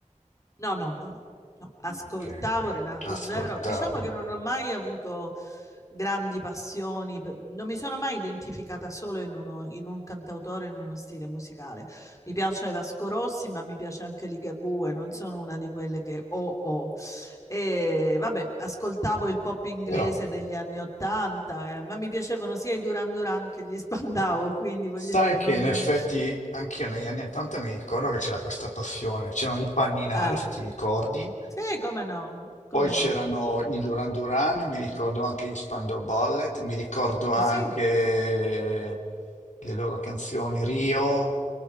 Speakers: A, on the left; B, on the left.
A: No, no, no, no, no. Ascoltavo
B: Ok, ok.
A: Renato
B: Ascoltavi.
A: Zero. Diciamo che non ho mai avuto grandi passioni, per- non mi sono mai identificata solo in, uno- in un cantautore, in uno stile musicale. Mi piace Vasco Rossi, ma mi piace anche Ligabue, non sono una di quelle che ho, ho. E vabbè, ascoltavo il pop inglese
B: Però
A: degli anni Ottanta, eh, ma mi piacevano sia i Duran Duran che gli Spandau, quindi voglio
B: Sai
A: dire,
B: che
A: non...
B: in effetti anch'io negli anni 80 mi ricordo che c'era questa passione, c'erano i panninari
A: eh,
B: se ti ricordi,
A: sì, come no, come
B: poi c'erano
A: no.
B: i Duran Duran, mi ricordo anche gli Spandau Ballet, mi ricordo anche
A: Sì,
B: le loro canzoni Rio,